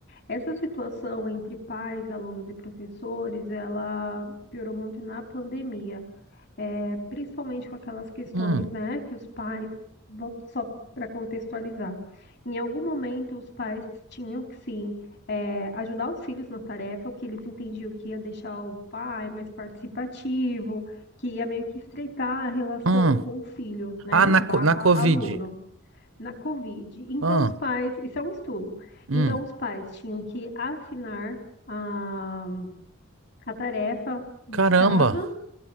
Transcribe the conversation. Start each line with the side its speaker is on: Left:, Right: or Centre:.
Left: Essa situação entre pais, alunos e professores, ela piorou muito na pandemia é, principalmente com aquelas questões,
Right: hum,
Left: né, que os pais, vou- só para contextualizar, em algum momento os pais tinham que sim é, ajudar os filhos na tarefa, o que eles entendiam que ia deixar o pai mais participativo, que ia meio que estreitar a relação
Right: hum.
Left: com o filho, né,
Right: Ah, na,
Left: barra
Right: co- na Covid.
Left: aluno. Na Covid. Então,
Right: Ah,
Left: os pais, isso é um estudo.
Right: hum.
Left: Então, os pais tinham que assinar a, a tarefa de
Right: Caramba.
Left: casa